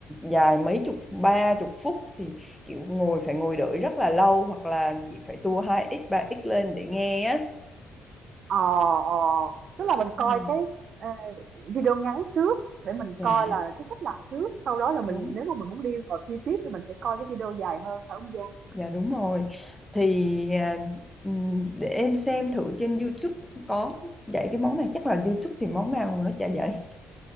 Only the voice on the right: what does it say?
Ờ, ờ, tức là mình
coi cái, ờ, video ngắn trước để mình
coi là cái cách làm trước, sau đó là mình
nếu mà mình muốn đi vào chi tiết thì mình sẽ coi cái video dài hơn phải không Giang?